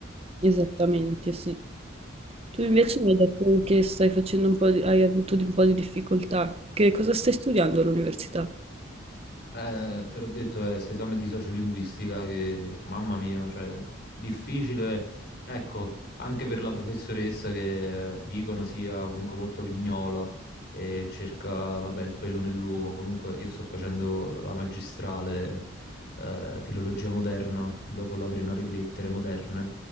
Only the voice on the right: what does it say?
Esattamente, sì. Tu invece mi hai detto che stai facendo un po' di, hai avuto di- un po' di difficoltà. Che cosa stai studiando all'università?